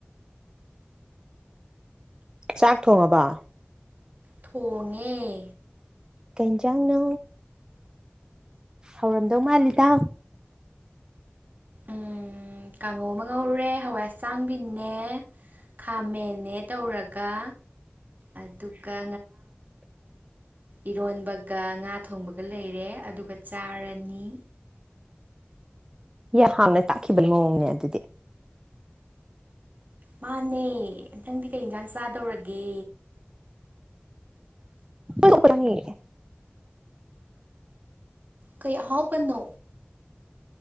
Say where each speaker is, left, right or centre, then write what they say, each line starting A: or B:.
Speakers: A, on the right; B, on the right.
A: ꯆꯥꯛ ꯊꯣꯡꯉꯕꯣ
B: ꯊꯣꯡꯉꯦ
A: ꯀꯩꯖꯥꯡꯅ ꯍꯧꯔꯝꯗꯧ ꯃꯥꯜꯂꯤꯗ
B: ꯎꯝ ꯀꯥꯡꯉꯧ ꯑꯃ ꯉꯧꯔꯦ ꯍꯋꯥꯏ ꯍꯆꯥꯡꯕꯤꯅꯦ ꯈꯥꯃꯟꯅꯦ ꯇꯧꯔꯒ ꯑꯗꯨꯒ
A: <inaudible>
B: ꯏꯔꯣꯟꯕꯒ ꯉꯥ ꯊꯣꯡꯕꯒ ꯂꯩꯔꯦ ꯑꯗꯨꯒ ꯆꯥꯔꯅꯤ
A: ꯌꯥꯝ ꯍꯥꯡꯅ ꯇꯥꯛꯈꯤꯕꯅ ꯃꯑꯣꯡꯅꯦ ꯑꯗꯨꯗꯤ
B: ꯃꯥꯅꯦ ꯅꯊꯪꯗꯤ ꯀꯩ ꯏꯟꯁꯥꯡ ꯆꯥꯗꯧꯔꯒꯦ
A: ꯀꯔꯉꯦ
B: ꯀꯩ ꯑꯍꯥꯎꯄꯟꯅꯣ